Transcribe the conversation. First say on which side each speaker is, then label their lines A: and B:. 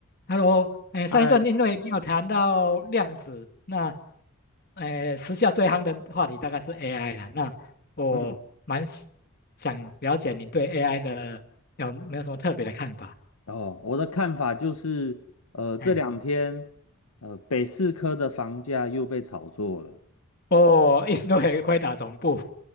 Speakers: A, on the left (about 45°); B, on the left (about 75°).
A: Hello，哎，
B: 哎，
A: 上一段因为你有谈到量子，那，哎，时下最夯的话题大概是 AI 了。那我蛮喜
B: 嗯，
A: 想了解你对 AI 的有没有什么特别的看法？
B: 哦，我的看法就是，呃，这两天，
A: 哎，
B: 呃，北四科的房价又被炒作了，
A: 哦，因为回答总部，